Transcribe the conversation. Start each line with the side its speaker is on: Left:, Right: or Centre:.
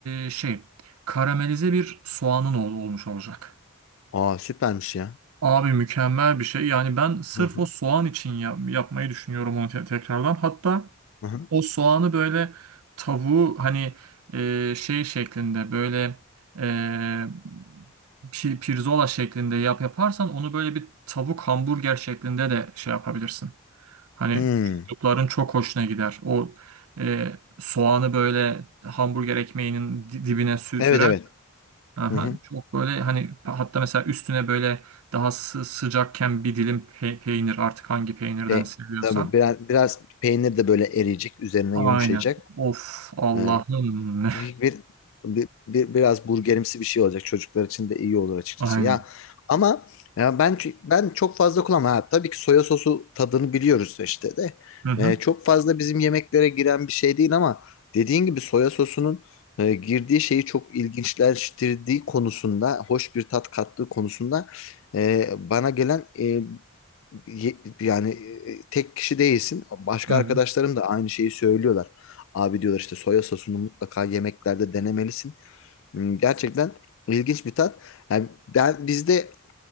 Right: e, şey karamelize bir soğanın ol- olmuş olacak.
Left: Aa süpermiş ya.
Right: Abi mükemmel bir şey. Yani ben sırf
Left: Hı hı.
Right: o soğan için ya- yapmayı düşünüyorum onu te- tekrardan. Hatta...
Left: Hı hı.
Right: O soğanı böyle tavuğu hani e, şey şeklinde böyle e, pi- pirzola şeklinde yap yaparsan onu böyle bir tavuk hamburger şeklinde de şey yapabilirsin. Hani
Left: Hmm.
Right: çocukların çok hoşuna gider. O e, soğanı böyle hamburger ekmeğinin di- dibine sü-
Left: Evet
Right: sürer.
Left: evet.
Right: Aha,
Left: Hı hı.
Right: çok böyle hani hatta mesela üstüne böyle daha sı- sıcakken bir dilim pe- peynir artık hangi peynirden
Left: E,
Right: seviyorsan.
Left: tabii biraz, biraz peynir de böyle eriyecek. Üzerine
Right: Aynen.
Left: yumuşayacak.
Right: Of Allah'ım.
Left: Ee, bir, bir, bir- bir- biraz burgerimsi bir şey olacak. Çocuklar için de iyi olur
Right: <laughs>
Left: açıkçası.
Right: Aynen.
Left: Ya ama ya ben ç- ben çok fazla kullanmam. Ha, tabii ki soya sosu tadını biliyoruz işte de.
Right: Hı hı.
Left: E, çok fazla bizim yemeklere giren bir şey değil ama dediğin gibi soya sosunun e, girdiği şeyi çok ilginçleştirdiği konusunda, hoş bir tat kattığı konusunda e, bana gelen e, ye- yani e, tek kişi değilsin. Başka
Right: Hı hı.
Left: arkadaşlarım da aynı şeyi söylüyorlar. Abi diyorlar işte soya sosunu mutlaka yemeklerde denemelisin. Hmm, Gerçekten ilginç bir tat. Yani ben bizde